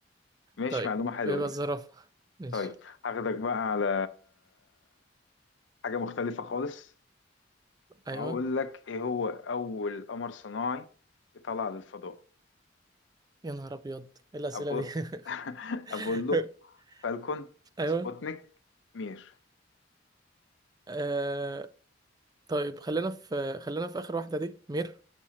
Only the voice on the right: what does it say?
طيب
يبقى
الزرافة ماشي
أيوه
يا نهار أبيض إيه الأسئلة
دي
<laughs>
أيوه
آه... طيب خلينا في خلينا في آخر واحدة دي مير